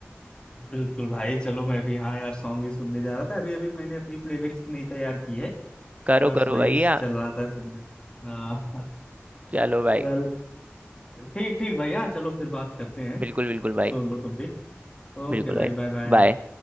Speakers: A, on the left (about 20°); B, on the right (about 30°).
A: बिल्कुल भाई चलो मैं भी हाँ यार सॉन्ग ही सुनने जा रहा था अभी अभी मैंने अपनी प्लेलिस्ट नहीं तैयार की है
B: करो
A: बस
B: करो
A: वही
B: भैया
A: चल रहा था सुनने हाँ
B: चलो भाई
A: चल ठीक ठीक भैया चलो फिर बात करते हैं
B: बिल्कुल बिल्कुल भाई
A: सुन लो तुम भी ओके
B: बिल्कुल
A: भाई
B: भाई
A: बाय बाय
B: बाय